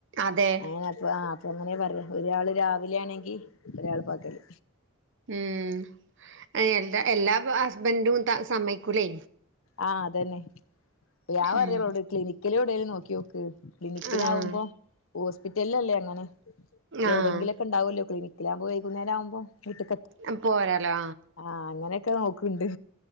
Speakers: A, on the right (about 55°); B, on the left (about 65°).
A: അതെ
B: ആഹ് അപ്പൊ ആഹ്. എങ്ങനെ പറയാ ഒരാള് രാവിലാണെങ്കി ഒരാള് പകല്.
A: ഉം എ എന്താ എല്ലാ ഹസ്ബൻഡും ത സമ്മയ്ക്കൂലേ.
B: ആഹ് അതന്നെ ഞാ പറയി
A: ഉം
B: ഓളോടെ ക്ലിനിക്കിലെവിടേലും നോക്കിയോക്ക്. ക്ലിനിക്കിലാവുമ്പോ
A: ആഹ്
B: ഹോസ്പിറ്റലല്ലേ അങ്ങനെ എവിടെങ്കിലൊക്കെ.
A: ആഹ്
B: ണ്ടാവോല്ലോ ക്ലിനിക്കിലാവുമ്പോ വൈകുന്നേരാവുമ്പോ വീട്ട്ക്കെ
A: മ് പോരാലോ.
B: ആഹ് അങ്ങനൊക്കെ നോക്ക്ണ്ട്.